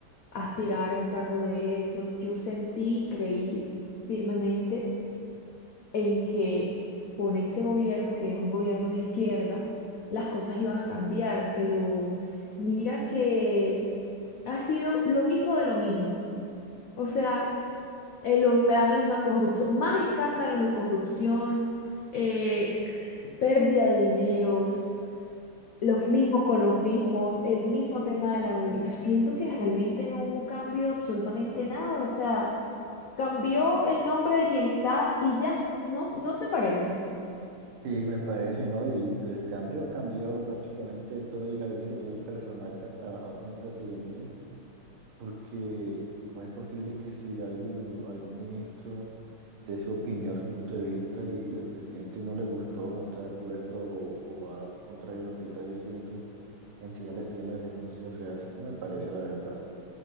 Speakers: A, on the left; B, on the right.
A: aspirar a un cargo de esos. Yo sentí, creí firmemente en que con este gobierno, que es un gobierno de izquierda, las cosas iban a cambiar, pero mira que ha sido lo mismo de lo mismo. O sea, eh, lo- la misma corrupción, más escándalos de corrupción. eh, pérdida de dineros, los mismos con los mismos, el mismo tema de la... Y yo siento que realmente no hubo cambio de absolutamente nada, o sea, cambió el nombre de quien está y ya, ¿no, no te parece?
B: Sí, me parece, ¿no? Y pues cambio, ha cambiado prácticamente todo el gabinete, todo el personal que ha trabajado con el presidente, porque ¿cómo es posible que si alguien, o algún ministro, dé su opinión, su punto de vista y al presidente no le gustó, no está de acuerdo o, o va contrario a lo que él está diciendo, encima le pide la renuncia, o sea, eso no me parece la verdad.